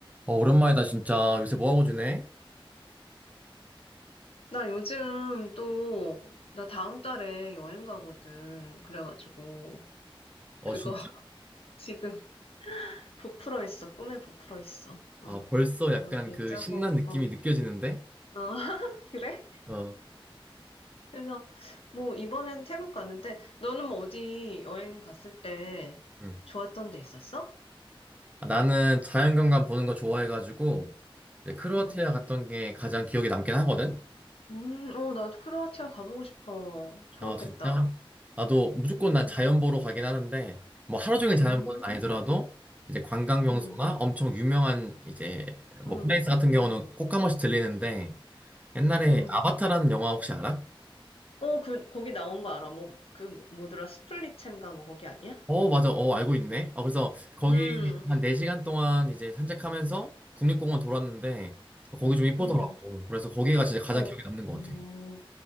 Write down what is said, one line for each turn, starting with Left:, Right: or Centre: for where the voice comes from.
Right: 어, 오랜만이다, 진짜. 요새 뭐하고 지내?
Left: 나 요즘 또, 나 다음 달에 여행 가거든. 그래가지고,
Right: 어,
Left: 그거
Right: 진짜?
Left: <laughs> 지금 부풀어 있어. 꿈에 부풀어 있어. 어,
Right: 아, 벌써 약간
Left: 어, 계획
Right: 그
Left: 짜고,
Right: 신난 느낌이
Left: 어,
Right: 느껴지는데?
Left: 어, <laughs> 그래?
Right: 어,
Left: 그래서, 뭐, 이번엔 태국 가는데, 너는 뭐 어디 여행 갔을 때
Right: 응.
Left: 좋았던 데 있었어?
Right: 아, 나는 자연경관 보는 거 좋아해가지고, 이제 크로아티아
Left: 응.
Right: 갔던 게 가장 기억에 남긴 하거든?
Left: 음, 어, 나도 크로아티아 가보고 싶어. 좋았겠다.
Right: 어, 진짜? 나도 무조건
Left: 음,
Right: 난 자연 보러 가긴 하는데, 뭐 하루 종일
Left: 음,
Right: 자연 보는 건 아니더라도, 이제 관광 명소나
Left: 음,
Right: 엄청 유명한 이제, 뭐
Left: 음,
Right: 플레이스 같은 경우는
Left: 음,
Right: 꼭 한 번씩 들리는데, 옛날에
Left: 음.
Right: 아바타라는 영화 혹시 알아?
Left: 어, 그, 거기 나온 거 알아. 뭐, 그, 뭐- 뭐더라, 스플릿첸가 뭐, 거기 아니야?
Right: 어, 맞아. 어, 알고 있네. 아, 그래서 거기
Left: 음,
Right: 한 4시간 동안 이제 산책하면서 국립공원 돌았는데 거기 좀 이쁘더라고.
Left: 음.
Right: 그래서 거기가 진짜 가장
Left: 어,
Right: 기억에 남는 것
Left: 음,
Right: 같아.